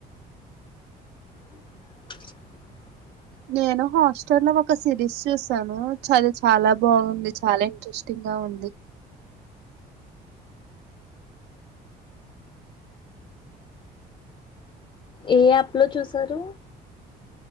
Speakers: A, on the left; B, on the right.
A: <inaudible>
B: నేను హాస్టల్లో ఒక సిరీస్ చూసాను చాల చాలా బాగుంది చాలా ఇంట్రెస్టింగ్గా ఉం ఉంది.
A: అహ ఏ యాప్ లో చూసారు